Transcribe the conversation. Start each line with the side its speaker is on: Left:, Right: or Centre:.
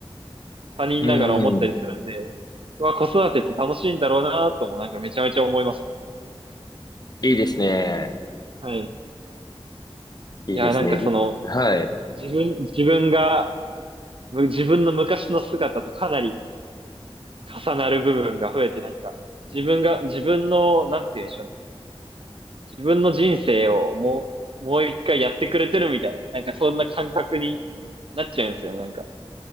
Right: 他人ながら思ったりするんで、
Left: うん。
Right: うわ、子育てって楽しいんだろうなともなんかめちゃめちゃ思いますね。
Left: いいですね。
Right: はい。
Left: いいですね。
Right: いや、なんかその、
Left: じ、はい。
Right: 自分、自分が、む自分の昔の姿とかなり重なる部分が増えて、なんか、自分が、自分の、なんて言うんでしょうね。自分の人生をもう、もう一回やってくれてるみたいな、なんかそんな感覚になっちゃうんですよ、なんか。